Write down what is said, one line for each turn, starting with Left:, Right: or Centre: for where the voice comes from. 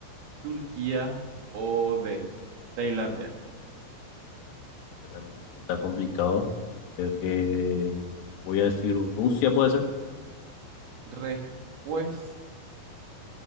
Right: Turquía. O D. Tailandia.
Left: Porque realmente sí está complicado. Creo que voy a decir Rusia, puede ser.
Right: Respuesta